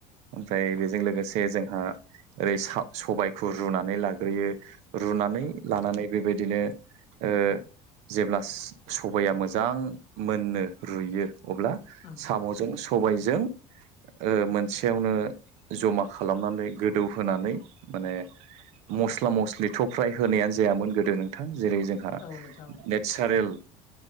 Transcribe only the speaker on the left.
औ
उम
औ नोंथां